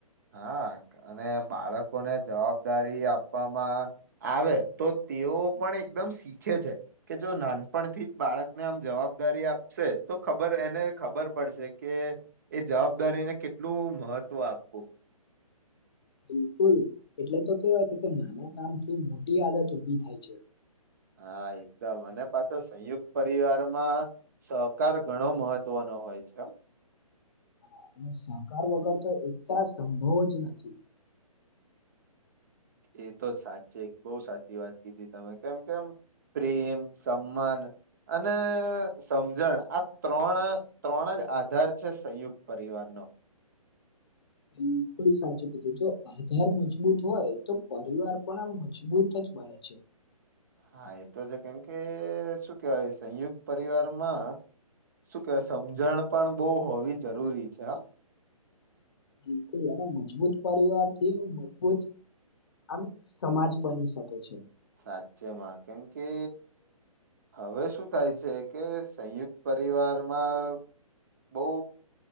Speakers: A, on the right (about 30°); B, on the left (about 40°).
A: હા અને બાળકોને જવાબદારી આપવામાં આવે તો તેઓ પણ એકદમ શીખે છે કે જો નાનપણથી જ બાળકને આમ જવાબદારી આપશે તો ખબર એને ખબર પડશે કે એ જવાબદારીને કેટલું મહત્વ આપ વુ <inaudible>
B: બિલકુલ એટલે તો કેવાય છે કે નાના કામ થી મોટી આદત ઉભી થાય છે
A: હા એકદમ અને પાછો સંયુક્ત પરિવારમાં સહકાર ઘણો મહત્વનો હોય છે
B: હા અને સહકાર વગર તો એકતા સંભવ જ નથી <unintelligible>
A: એ તો સાચે બહુ સાચી વાત કીધી તમે કેમ કેમ પ્રેમ સન્માન અને સમજણ આ ત્રણ ત્રણ જ આધાર છે સંયુક્ત પરિવાર નો
B: હમ ખૂબ સાચું કીધું જો આધાર મજબૂત હોય તો પરિવાર પણ આ મજબૂત જ બને છે <unintelligible>
A: હા એતો છે કેમ કે શું કેવાય સંયુક્ત પરિવારમાં શું કેવાય સમજણ પણ બહુ હોવી જરૂરી છેહો
B: બિલકુલ એના મજબૂત પરિવાર થી મજબૂત આમ સમાજ બની શકે છે
A: સાચ્યમાં કેમ કે હવે શું થાય છે કે સંયુક્ત પરિવારમાં બઉ